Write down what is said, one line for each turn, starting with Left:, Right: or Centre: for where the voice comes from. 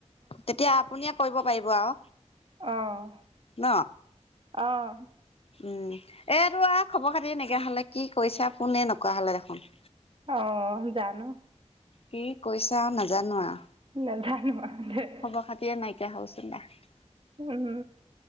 Left: তেতিয়া আপুনিয়ে কৰিব পাৰিব আৰু।
Right: অহ',
Left: ন
Right: অ'।
Left: উম, এইটো আৰু খবৰ-খাতি নইকিয়া হ'লে, কি কৰিছা ফোনে নকৰা হ'লে দেখোন।
Right: অ' জানো।
Left: কি কৈছা নাজানা আৰু।
Right: নাজানো আৰু দেই।
Left: খবৰ খাতিয়ে নাইকিয়া হ'ল চোন, তাৰ।
Right: উম,